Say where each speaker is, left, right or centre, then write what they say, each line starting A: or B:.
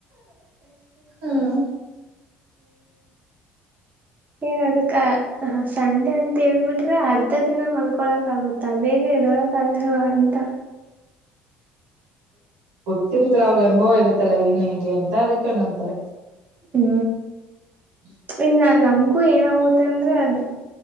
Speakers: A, on the right (about 60°); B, on the right (about 30°).
A: ಹ್ಮ್
B: ಏನ್ ಅದಕ್ಕ ಸಂಡೆ ಅಂತ ಹೇಳ್ಬಿಟ್ರೆ ಅರ್ಧ ದಿನ ಮಲ್ಕೊಳಕ್ ಆಗುತ್ತೆ ತ ಬೇಗದೊಳಕ ಹಾಗಲ್ವಾ ಅಂತ
A: ಗೊತಿರುತ್ತಲ್ಲ ಅವ್ರಗ್ ಅನುಭವ ಇರುತ್ತಾ ಏನ್ ಹೆಂಗೆ ಅಂತ ಅದಕೆ ಅಂಗ ಅಂತಾರೆ
B: ಹೂ
A: ಹೂ
B: ಇನ್ನು ನಮಗೂ ಏನಾಗುತ್ತೆ ಅಂದ್ರೆ ಅದು